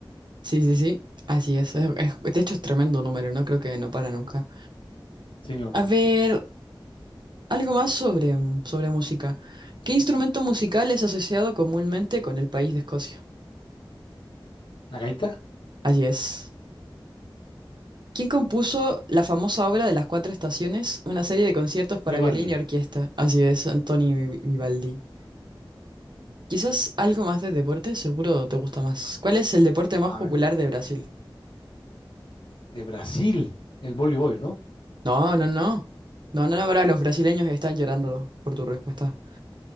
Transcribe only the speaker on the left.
Sí, no.
¿La gaita?
Vivaldi.
A
ver.
De Brasil. El voleibol, ¿no?